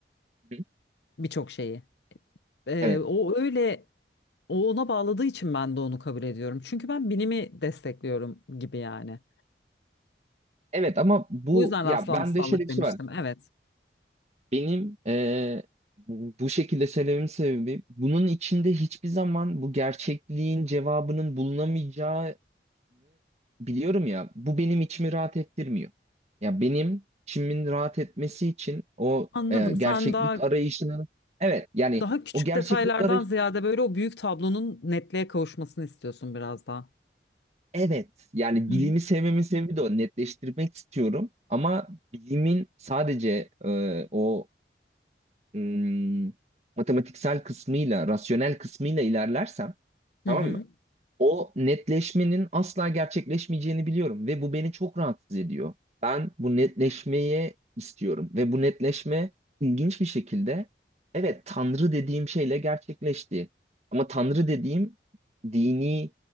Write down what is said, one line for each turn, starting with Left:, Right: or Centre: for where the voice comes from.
Right: Hı,
Left: birçok şeyi. E,
Right: evet.
Left: o öyle o ona bağladığı için ben de onu kabul ediyorum. Çünkü ben bilimi destekliyorum gibi yani.
Right: Evet ama bu
Left: Bu yüzden
Right: ya
Left: rastlantısallık
Right: bende şöyle bir
Left: demiştim.
Right: şey var.
Left: Evet.
Right: Benim eee, bu bu şekilde söylememin sebebi bunun içinde hiçbir zaman bu gerçekliğin cevabının bulunamayacağını biliyorum ya. Bu benim içimi rahat ettirmiyor. Ya benim içimin rahat etmesi için o
Left: Anladım.
Right: eee,
Left: Sen
Right: gerçeklik
Left: daha
Right: arayışının evet yani
Left: daha küçük
Right: o gerçeklik
Left: detaylardan
Right: arayış
Left: ziyade böyle o büyük tablonun netliğe kavuşmasını istiyorsun biraz daha.
Right: evet yani
Left: Hı
Right: bilimi
Left: hı.
Right: sevmemin sebebi de o netleştirmek istiyorum ama bilimin sadece eee, o ım, matematiksel kısmıyla, rasyonel kısmıyla ilerlersem,
Left: Hı
Right: tamam
Left: hı.
Right: mı? O netleşmenin asla gerçekleşmeyeceğini biliyorum ve bu beni çok rahatsız ediyor. Ben bu netleşmeye istiyorum ve bu netleşme ilginç bir şekilde evet Tanrı dediğim şeyle gerçekleşti. Ama Tanrı dediğim dini